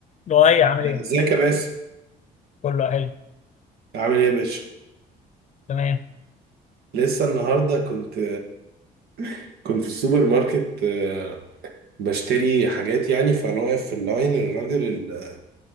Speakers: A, on the left; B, on the right.
A: لؤي عامل ايه؟
B: ازيك يا باسم
A: كله حلو
B: عامل ايه يا باشا
A: تمام
B: لسه النهارده كنت <laughs> كنت في السوبر ماركت آه، بشتري حاجات يعني فانا واقف في اللاين الراجل ال-